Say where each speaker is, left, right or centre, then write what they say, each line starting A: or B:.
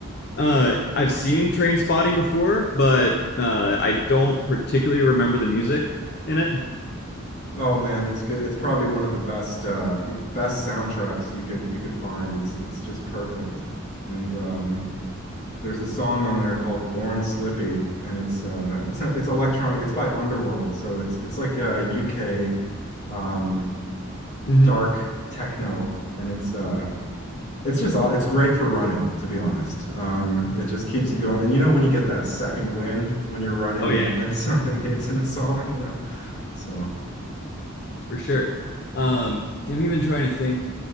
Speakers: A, on the left; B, on the left.
A: uh, I've seen Train Spotting before, but uh, I don't particularly remember the music in it.
B: Oh man, it's good. It's probably one of the best uh, m- best soundtracks you could you could find. It's it's just perfect. And um, there's a song on there called "Born Slippy," and it's uh, it's it's electronic. It's by Underworld, so it's it's like a UK. um
A: hmm
B: dark techno and it's uh it's just aw- it's great for running to be honest um it just keeps you going and you know when you get that second wind when you're running
A: Oh yeah,
B: when when <laughs> something hits in a song you know so
A: for sure. Um, I'm even trying to think,